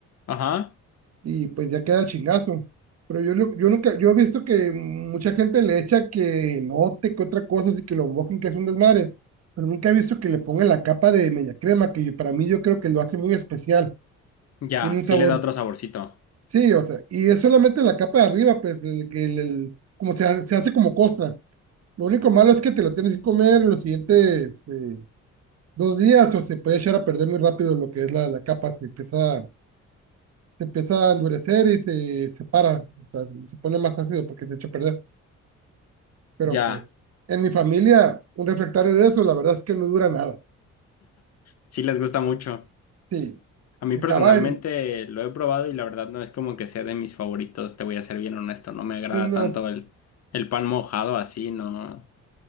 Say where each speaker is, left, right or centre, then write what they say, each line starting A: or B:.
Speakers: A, on the left (about 60°); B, on the right (about 55°).
A: ajá.
B: y pues ya queda el chingazo. Pero yo, lo- yo nunca, yo he visto que mucha gente le echa que note que otra cosa, así que lo mojen, que es un desmadre. Pero nunca he visto que le pongan la capa de media crema, que para mí yo creo que lo hace muy especial.
A: Ya,
B: Tiene un sabor.
A: sí le da otro saborcito.
B: Sí, o sea, y es solamente la capa de arriba, pues, del- que el- el- como se, ha- se hace como costra. Lo único malo es que te lo tienes que comer en los siguientes, eh, dos días o se puede echar a perder muy rápido lo que es la, la capa, se empieza, se empieza a endurecer y se separa, o sea, se pone más ácido porque se echa a perder. Pero
A: Ya,
B: pues en mi familia, un refractario de eso, la verdad es que no dura nada.
A: sí les gusta mucho.
B: Sí,
A: A mí
B: se
A: personalmente
B: acaba en,
A: lo he probado y la verdad no es como que sea de mis favoritos, te voy a ser bien honesto, no me agrada
B: en
A: tanto
B: unas...
A: el, el pan mojado así, no.